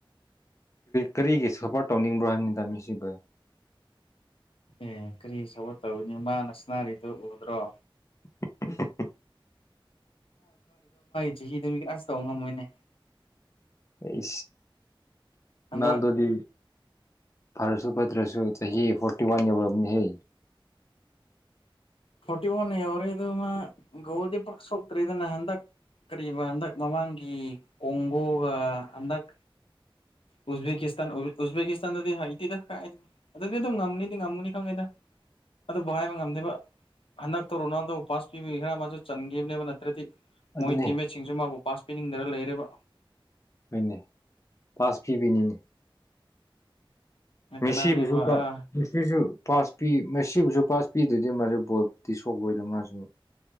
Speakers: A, on the left (about 35°); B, on the left (about 80°).
A: ꯀꯔꯤꯒꯤ ꯁꯐꯔ ꯇꯧꯅꯤꯡꯕ꯭ꯔꯣ ꯍꯥꯏꯕꯅꯤ ꯇꯥꯃꯤꯁꯤꯕ
B: ꯑꯦ ꯀꯔꯤ ꯁꯒꯠ ꯇꯧꯅꯤ ꯃꯥꯅ ꯁꯅꯥꯔꯤꯗꯨꯣ ꯎꯗ꯭ꯔꯣ
A: ꯎ
B: ꯆꯍꯤ ꯑꯗꯨꯃꯤ ꯀ ꯑꯥꯁ ꯇꯧꯕ ꯉꯝꯃꯣꯏꯅꯦ
A: ꯑꯩ
B: ꯍꯟꯗꯛ
A: ꯎꯜꯗꯗꯤ ꯐꯥꯔꯁꯨ ꯐꯗ꯭ꯔꯁꯨ ꯆꯍꯤ ꯐꯣꯔꯇꯤ ꯋꯥꯟ ꯌꯧꯔꯕꯅꯤ
B: ꯐꯣꯔꯇꯤ ꯋꯥꯟ ꯌꯎꯔ ꯑꯗꯨ ꯃꯥ ꯒꯗꯤ ꯄꯛꯁ ꯍꯇꯔꯤ ꯑꯗꯨ ꯅꯟꯗ ꯀꯔꯤꯕ ꯍꯟꯗꯛ ꯃꯃꯥꯡꯒꯤ ꯀꯣꯡꯒꯣꯒ ꯍꯟꯗꯛ ꯎꯖꯕꯦꯀꯤꯁꯇꯥꯟ ꯎꯖꯕꯦꯀꯤꯁꯇꯥꯟꯗꯗꯤ ꯍꯩꯇꯤꯗꯥꯏ ꯑꯗꯨꯗꯤ ꯑꯗꯨꯝ ꯉꯝꯅꯤꯗꯤ ꯉꯝꯃꯨꯅꯤ ꯈꯪꯉꯦꯗ <unintelligible> ꯑꯗꯨꯕꯨ ꯍꯥꯏꯕ ꯉꯝꯗꯦꯕ ꯍꯟꯗꯛꯇ ꯔꯣꯅꯥꯜꯗ ꯄꯥꯁ ꯄꯤꯕꯒꯤ ꯈꯔ ꯃꯥꯁꯨ ꯆꯟꯈꯤꯕꯅꯦꯕ ꯅꯠꯇ꯭ꯔꯗꯤ
A: ꯑꯗꯨꯅꯦ
B: ꯃꯣꯏ ꯇꯤꯝꯃꯦꯠꯁꯤꯡꯁꯨ ꯃꯥꯕꯨ ꯄꯥꯁ ꯄꯤꯅꯤꯡꯗꯅ ꯂꯩꯔꯦꯕ
A: ꯍꯣꯏꯅꯦ ꯄꯥꯁ ꯐꯤꯕꯤꯅꯤꯅꯦ ꯃꯤꯁꯤꯕꯨꯁꯨ
B: ꯀꯅꯥꯅꯦꯕ
A: ꯇꯁꯤꯁꯨ
B: ꯑꯥ
A: ꯄꯥꯁ ꯄꯤ ꯁꯤꯕꯨꯁꯨ ꯄꯥꯁ ꯄꯤꯗꯗꯤ ꯃꯥꯁꯨ ꯕꯣꯞꯇꯤ ꯁꯣꯛꯑꯣꯣꯏꯗ ꯃꯥꯁꯨ